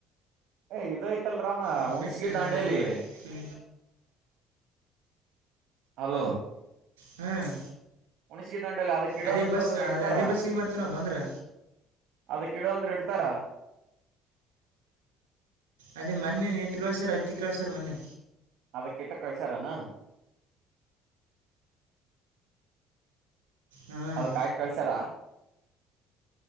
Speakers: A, on the right; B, on the right.
A: ಹೇ ಇದಾಯ್ತ <unintelligible>
B: ಉಪ್ಪಿಟ್ಟು
A: ಉಣಸಗ ದಾಂಡಲಿ
B: ಅವಲಕ್ಕಿ
A: ಹಲೋ
B: ಹ್ಮ್
A: ಉಣಸಿಗೆ ದಂಡಲ್ಲಿ ಅದಕ್ಕಿಡ
B: ಅದೇ
A: ಅಂತಂದ್ರ
B: ಬಸ್
A: ಇಡ್ತಾರ
B: ಅದೇ ಅದೇ ಬಸ್ಸಿಗೆ ಬರ್ತೀವಿ ನಾವು ಬಂದ್ರೆ
A: ಅದಕ್ಕಿಡ ಅಂದ್ರ ಇಡ್ತಾರ
B: ಅದೇ ಮೊನ್ನೆ ಇತ್ತ್ ಕಳಸರ್ ಅಕ್ಕಿ ಕಳಸರ್ ಮೊನ್ನೆ
A: ಅದಿಕ್ಕೆ ಇತ್ತ್ ಕಳ್ಸಾರಾನ
B: ಹ್ಮ್
A: ಅದಿಕ್ಕೆ ಹಾಕಿ ಕಳ್ಸ್ಯಾರ